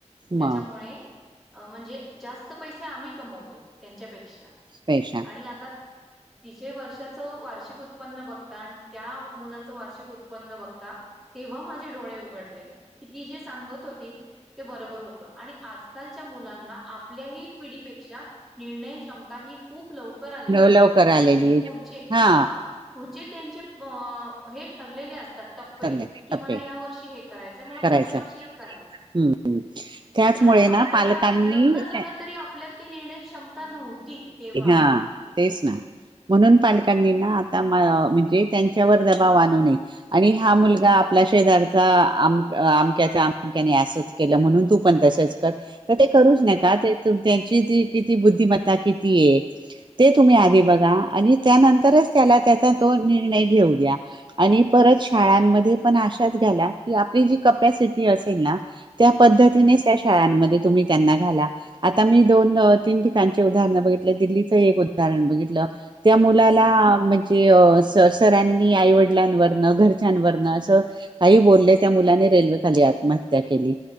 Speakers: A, in the centre; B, on the right (about 40°).
A: त्याच्यामुळे
B: मग
A: अ म्हणजे जास्त पैसे आम्ही कमवतो त्यांच्यापेक्षा
B: पेशा
A: आणि आता तिचे वर्षाचं वार्षिक उ त्पन्न बघतान त्या मुलांचं वार्षिक उत्पन्न बघता तेव्हा माझे डोळे उघडले की ती जे सांगत होती ते बरोबर होतं आणि आज कालच्या मुलांना आपल्याही पिढीपेक्षा निर्णय क्षमता ही खूप लवकर आलेली
B: लवकर
A: आहे
B: आलेली
A: त्यांचे पुढचे
B: हा
A: हां. पुढचे त्यांचे अ हे ठरलेले अस तात टप्पे
B: चालले
A: की
B: टप्पे
A: मला या वर्षी हे करायचंय मला
B: करायचा
A: पुढच्या वर्षी हे करायचंय.
B: हम्म त्याचमुळे
A: कारण आपल्याला
B: ना पालकांनी
A: लग्न झालं तरी आपल्यात ती निर्णय क्षमता नव्हती तेव्हा.
B: हा. तेच ना
A: हम्म
B: म्हणून पालकांनी ना आता म्हणजे त्यांच्यावर दबाव आणू नये. आणि हा मुलगा आपला शेजारचाम अमक्याच्या अमक्याने असच केलं म्हणून तू पणं त्या तर ते करूच ना
A: हो
B: का त्यांची किती. बुद्धिमत्ता किती आहे. ते तुम्ही
A: ह
B: आधी बघा आणि त्यानंतरच त्याला त्याचा तो निर्णय घेऊ द्या. आणि. परत शाळांमध्ये पण आशाच घ्याला. की आपली जी कपसिटी असेल ना. त्या पद्धतीनेच.
A: हम्म
B: त्या शाळांमध्ये तुम्ही त्यांना घाल. आता मी दोन-तीन ठिकाणचे उदाहरण बघितलं दिल्लीचं एक उदाहरण बघितलं. त्या मुलाला
A: हम्म
B: म्हणजे सरसरांनी आईवडिलांवर. घरच्यान वरन अस काहीही बोलले त्या मुलाने रेल्वेखाली आत्महत्या केली.